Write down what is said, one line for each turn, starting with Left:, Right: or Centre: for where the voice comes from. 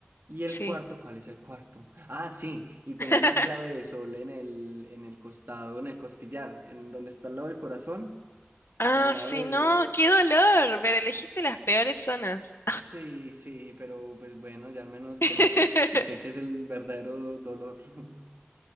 Right: ¿Y el
Left: sí.
Right: cuarto? ¿Cuál es el cuarto? Ah, sí, y tengo
Left: <laughs>
Right: una clave de sol en el, en el costado, en el costillar, en donde está al lado del corazón,
Left: Ah,
Right: al lado
Left: sí,
Right: de...
Left: no, qué dolor, pero elegiste las peores zonas.
Right: Sí, sí, pero pues bueno, ya al menos conozco
Left: <laughs>
Right: y sé que es el verdadero dolor. <laughs>